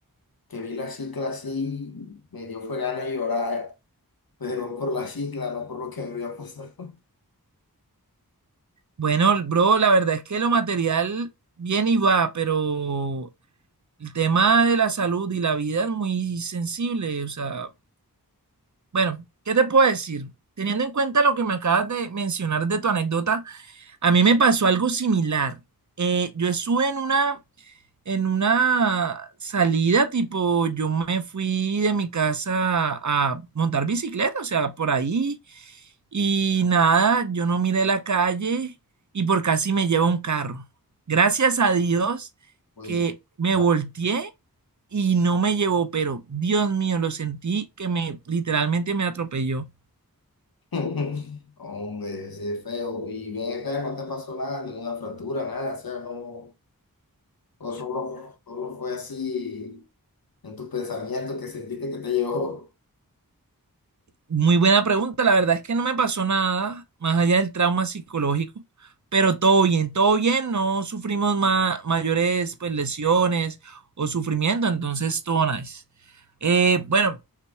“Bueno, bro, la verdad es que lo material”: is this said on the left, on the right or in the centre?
Right